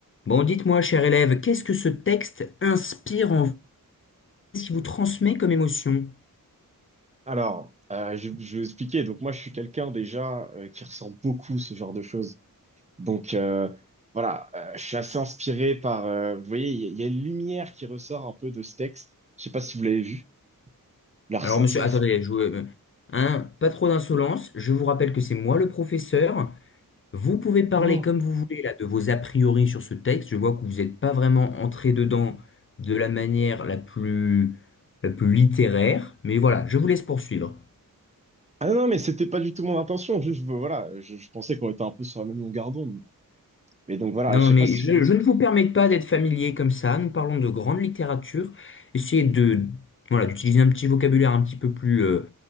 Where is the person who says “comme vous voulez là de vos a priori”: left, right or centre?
Left